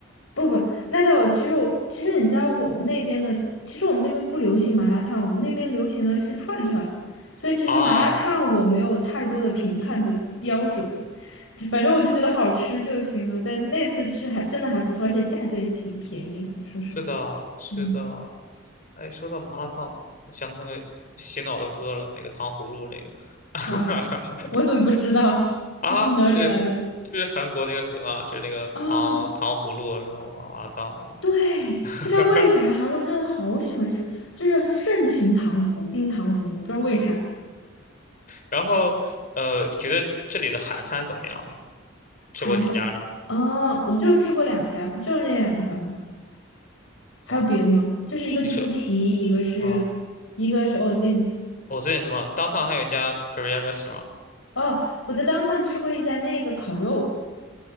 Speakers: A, on the left; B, on the left.
A: 不不，那倒其实我其实你知道我们那边的，其实我们那边不流行麻辣烫，我们那边流行的是串串，所以其实麻辣烫我没有太多的评判的标准，
B: 啊，
A: 就反正我就觉得好吃就行了。但那次吃还真的还不错，而且价格也挺便宜的，说实话。
B: 是的，是的。
A: 嗯，
B: 哎，说到麻辣烫，我想到那个洗脑的歌了，那个糖葫芦那个。
A: 啥？
B: <laughs>
A: 我怎么不知道？
B: 啊，
A: 这是哪里来的？
B: 这就是韩国那个梗啊，就是那个糖糖葫芦，
A: 哦，
B: 然后麻辣烫那个。
A: 对，
B: <laughs>
A: 不知道为啥韩国真的好喜欢吃，就是盛行糖葫、冰糖葫芦，不知道为啥。
B: 然后，呃，你觉得这里的韩餐怎么样呢？吃过几家呢？
A: 韩早，哦，我就吃过两家，不就那两家吗？还有别的吗？
B: 啊，
A: 就是一个猪蹄，
B: 你说
A: 一个是，
B: 啊，
A: 一个是 Ozin。
B: 我最近什么 downtown 还有一家 Korean restaurant，
A: 哦，我在当 o 吃过一家那个烤肉，